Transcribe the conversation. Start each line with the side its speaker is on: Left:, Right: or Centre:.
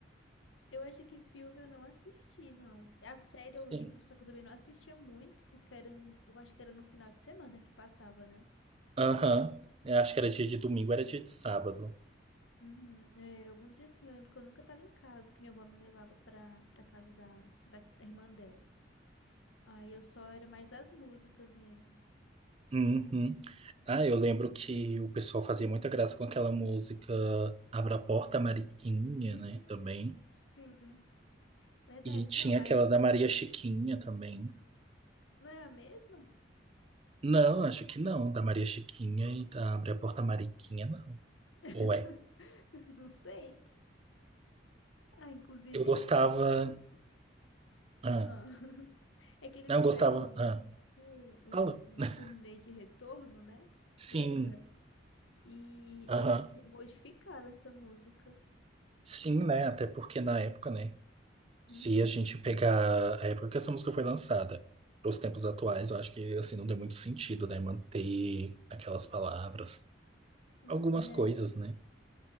Left: Eu acho que filme eu não assisti, não. A série
Right: Sim.
Left: eu lembro, só que eu também não assistia muito, porque era um, eu acho que era no final de semana que passava, né?
Right: Aham. Eu Acho que era dia de domingo, era dia de sábado.
Left: Uhum, é, era algum dia assim, eu lembro que eu nunca tava em casa, que minha avó me levava pra, pra casa da, da irmã dela. Aí eu só era mais das músicas mesmo.
Right: Uhum. Ah, eu lembro que o pessoal fazia muita graça com aquela música Abra a Porta, Mariquinha,
Left: Hum,
Right: né? Também.
Left: sim, verdade.
Right: E tinha
Left: Não, aí
Right: aquela da Maria Chiquinha também.
Left: não é a mesma?
Right: Não, acho que não. Da Maria Chiquinha e da Abre a Porta, Mariquinha, não.
Left: <laughs>
Right: Ou é?
Left: Não sei. Ah, inclusive
Right: Eu gostava.
Left: eles até fizeram.
Right: Ah,
Left: Ah, <laughs> É que eles
Right: não
Left: fizeram
Right: gostava.
Left: uma, um-
Right: Ah,
Left: um-
Right: fala.
Left: uma
Right: <laughs>
Left: turnê de retorno, né?
Right: Sim,
Left: Lembra? E
Right: aham.
Left: eles re- modificaram essa música.
Right: Sim, né? Até porque na época, né? Se
Left: Uhum.
Right: a gente pegar a época que essa música foi lançada, para os tempos atuais, eu acho que assim não tem muito sentido, né? Manter aquelas palavras,
Left: Hum,
Right: algumas
Left: né?
Right: coisas, né?